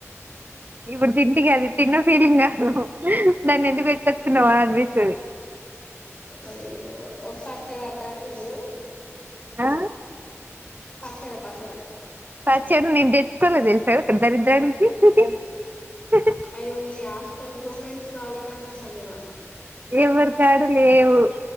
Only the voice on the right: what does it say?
ఇప్పుడు తింటే ఇగ అది తిన్న ఫీలింగ్ కాదు దాన్ని ఎందుకు పెట్టుకచ్చుకున్నామ అనిపిస్తది.
ఆ
పచ్చడి నేన్ దేన్ చ్చుకోలే తెల్సా ఇక్కడ దరిద్రానికి హిహి హా
ఎవరి కాడ లేవు.